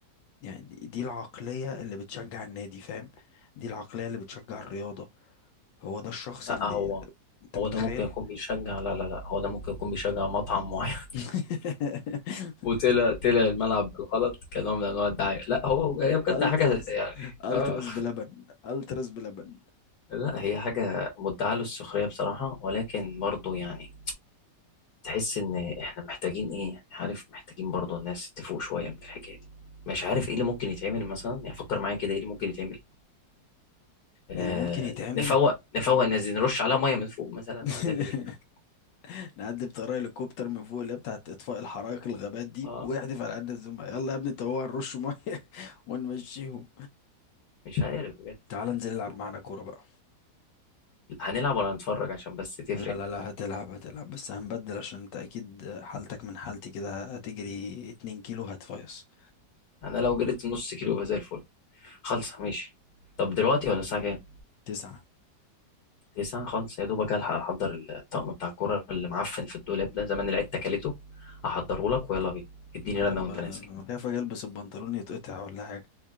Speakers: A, on the left; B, on the left.
A: يعني دي دي العقلية اللي بتشجع النادي فاهم دي العقلية اللي بتشجع الرياضة هو ده الشخص
B: لا
A: اللي
B: هو
A: انت
B: هو
A: متخيل
B: ده ممكن يكون بيشجع لا لا لا هو ده ممكن يكون بيشجع مطعم معين
A: <laughs>
B: <laughs> وطلع طلع الملعب بالغلط كنوع من انواع الدعايه لا هو هي بجد
A: التراس
B: حاجه يعني
A: التراس
B: اه
A: بلبن التراس بلبن
B: لا هي حاجة مدعاة للسخرية بصراحة ولكن برضو يعني تحس ان احنا محتاجين ايه يعني، عارف محتاجين برضو الناس تفوق شوية من الحكاية دي مش عارف ايه اللي ممكن يتعمل مثلا يعني فكر معايا كده ايه اللي ممكن يتعمل آه
A: اللي ممكن يتعمل
B: نفوق نفوق
A: ك-
B: الناس دي نرش عليها مية من فوق مثلا
A: <laughs>
B: وهنعمل ايه
A: نعدي بطريقه هليكوبتر من فوق اللي هي بتاعت اطفاء الحرائق الغابات دي
B: اه
A: ويحدف على عيننا الزملاء يلا يا ابني طوع نرش ميه <laughs> ونمشيهم
B: مش عارف بجد
A: تعال
B: يعني
A: انزل العب معانا كوره بقى
B: هنلعب ولا هنتفرج عشان بس تفرق
A: لا لا لا هتلعب هتلعب بس هنبدل عشان انت اكيد حالتك من حالتي كده هتجري 2 كيلو هتفيص
B: انا لو جريت نص كيلو يبقى زي الفل خالصة ماشي طب دلوقتي ولا الساعة كام
A: تسعة
B: لسان خالص يا دوبك الحق احضر الطقم بتاع الكوره اللي معفن في الدولاب ده زمان العيد تكلته احضره لك ويلا بينا اديني
A: انا
B: رنه وانت
A: انا
B: نازل
A: خايف اجي البس البنطلون يتقطع ولا حاجه